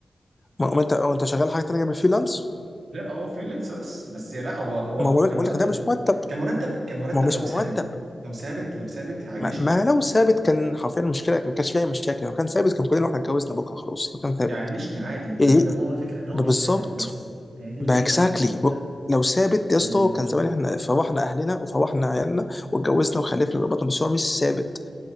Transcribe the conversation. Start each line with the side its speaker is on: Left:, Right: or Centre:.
Left: ما ما انت ما انت شغال حاجه تانيه جنب الفريلانس
Right: لا هو فريلانس بس بس لا هو هو
Left: ما هو بقول
Right: كمرتب
Left: لك بقول لك ده مش مرتب
Right: كمرتب كمرتب
Left: ما هو مش
Right: لو ثابت
Left: مرتب
Right: لو ثابت لو ثابت يعيشني
Left: ما, ما لو ثابت كان حرفيا المشكله ما كانش فيها اي مشاكل لو كان ثابت كان كلنا احنا اتجوزنا بكره خلاص لو كان ثابت
Right: يعيشني عادي فاهم
Left: يعني
Right: انما هو الفكره ان هو
Left: بالظبط
Right: مش ثابت بس هي دي الفكره
Left: باكزاكتلي
Right: الوحيده
Left: لو ثابت يا
Right: اللي
Left: اسطى كان زمان احنا فرحنا اهلنا وفرحنا عيالنا واتجوزنا وخلفنا وربطنا بس هو مش ثابت